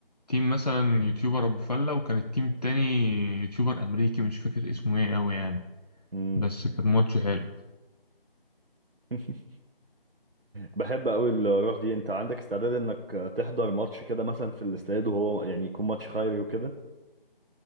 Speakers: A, on the left; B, on the right.
A: تيم مثلا يوتيوبر ابو فلة وكان التيم التاني يوتيوبر امريكي مش فاكر اسمه ايه اوي يعني
B: امم
A: بس كان ماتش حلو
B: <laughs> بحب قوي الروح دي انت عندك استعداد انك تحضر ماتش كده مثلا في الاستاد وهو يعني يكون ماتش خيري وكده